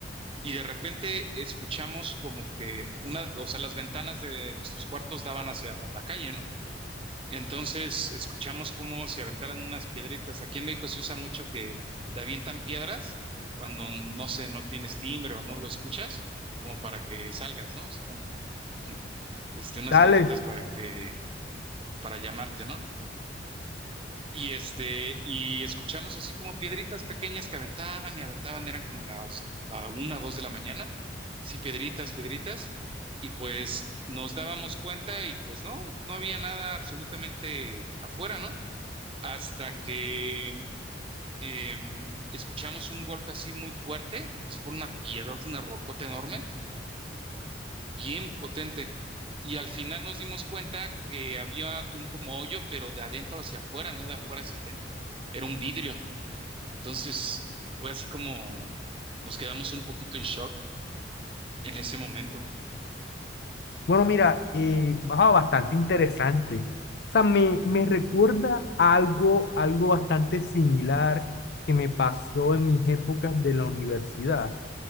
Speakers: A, on the right; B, on the left.
A: y de repente escuchamos como que una, o sea, las ventanas de nuestros cuartos daban hacia la calle, ¿no? Entonces escuchamos cómo se aventaran unas piedritas. Aquí en México se usa mucho que te avientan piedras cuando, no sé, no tienes timbre o no lo escuchas, como para que salgas, ¿no? Así como <laughs> este, unas
B: Dale.
A: piedritas para que, para llamarte, ¿no? Y este, y escuchamos así como piedritas pequeñas que aventaban y aventaban, eran como las la una, dos de la mañana, así piedritas, piedritas, y pues nos dábamos cuenta y pues no, no había nada absolutamente afuera, ¿no? hasta que em, escuchamos un golpe así muy fuerte, pues fue una piedra, una rocota enorme, bien potente. Y al final nos dimos cuenta que había un como hoyo, pero de adentro hacia afuera, no de afuera hacia adentro. Era un vidrio. Entonces fue así como nos quedamos un poquito en shock en ese momento.
B: Bueno, mira, eh, ah, bastante interesante. O sea, me, me recuerda a algo, algo bastante similar que me pasó en mis épocas de la universidad,